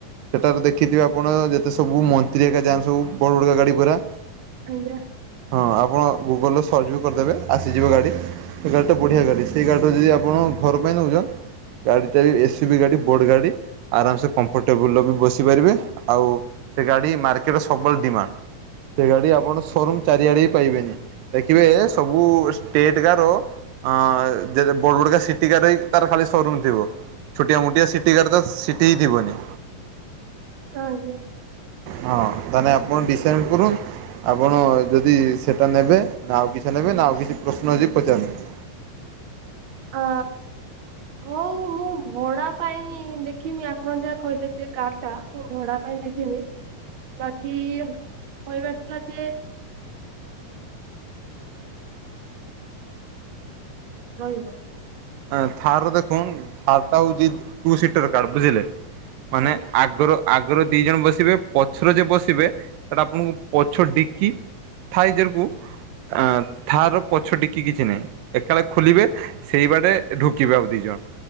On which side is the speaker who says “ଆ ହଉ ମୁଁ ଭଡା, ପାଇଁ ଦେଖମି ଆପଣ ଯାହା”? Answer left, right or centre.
Right